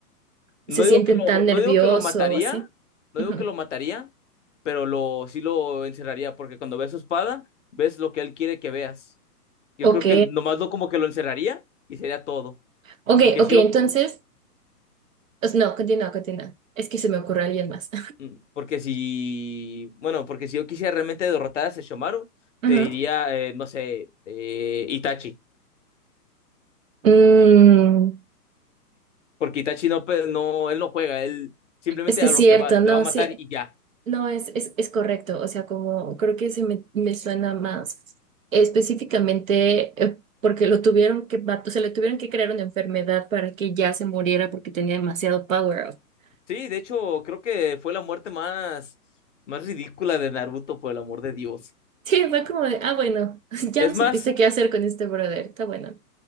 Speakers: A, on the right; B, on the left.
A: se
B: No digo
A: sienten
B: que lo,
A: tan
B: no
A: nervioso
B: digo que lo mataría,
A: o así.
B: no
A: Ujú.
B: digo que lo mataría, pero lo, sí lo encerraría, porque cuando ves su espada, ves lo que él quiere que veas. Yo
A: Ok,
B: creo que nomás lo como que lo encerraría y sería todo.
A: ok,
B: Porque
A: ok,
B: si yo,
A: entonces, pues, no, continúa, continúa. Es que se me ocurre alguien más.
B: Mm, Porque si, bueno, porque si yo quisiera realmente derrotar a Sesshomaru,
A: <laughs>
B: te
A: Ujú.
B: diría, eh, no sé, eh, Itachi.
A: Mm,
B: Porque Itachi no, pe- no, él no juega, él simplemente
A: es que
B: a
A: es
B: lo
A: cierto,
B: que va, te
A: no,
B: va a matar
A: sí,
B: y ya.
A: no, es, es, es correcto, o sea, como creo que se me, me suena más específicamente eh, porque lo tuvieron que, mat- o sea, le tuvieron que crear una enfermedad para que ya se muriera porque tenía demasiado power up. <laughs>
B: Sí, de hecho, creo que fue la muerte más, más ridícula de Naruto, por el amor de Dios.
A: Sí, fue como de, ah, bueno, <laughs> ya
B: Es
A: no
B: más,
A: supiste qué hacer con este brother, está bueno.